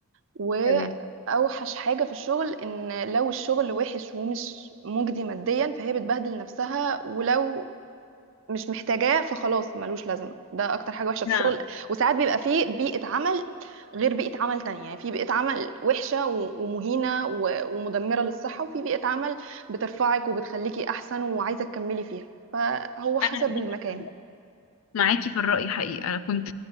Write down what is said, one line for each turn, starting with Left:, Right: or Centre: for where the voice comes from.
Right: واوحش
Left: تمام
Right: حاجه في الشغل ان لو الشغل وحش ومش مجدي ماديا فهي بتبهدل نفسها ولو مش محتاجاه فخلاص ملوش لازمه ده اكتر حاجه وحشه في
Left: انا
Right: الشغل وساعات بيبقى فيه بيئه عمل غير بيئه عمل تانية يعني في بيئه عمل وحشه و- ومهينه و- ومدمره للصحه وفي بيئه عمل بترفعك وبتخليكي احسن وعايزه تكملي فيها فهو حسب
Left: انا معاكي
Right: المكان
Left: في الرأي معاكي في الرأي حقيقي انا كنت